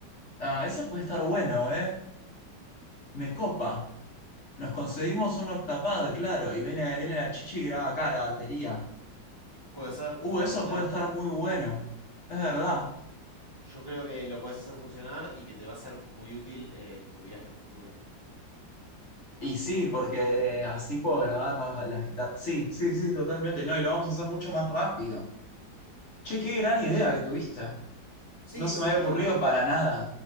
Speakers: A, on the left; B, on the left.
A: Ah, eso puede estar bueno, ¿eh? Me copa. Nos conseguimos un octapad, claro, y viene, viene la chichi y graba acá la batería.
B: Puede ser,
A: Uh,
B: es un
A: eso
B: buen plan.
A: puede estar muy bueno. Es verdad.
B: Yo creo que lo podés hacer funcionar y que te va a ser muy útil eh, en tu viaje futuro.
A: Y
B: Así
A: sí,
B: que bueno.
A: porque así puedo grabar las, las guitarras. Sí, sí, sí, totalmente. No, y lo vamos a hacer mucho más rápido. Che, qué gran
B: yo
A: idea
B: creo-
A: que tuviste.
B: Sí,
A: No se
B: sí,
A: me había ocurrido
B: la, ver-
A: para nada.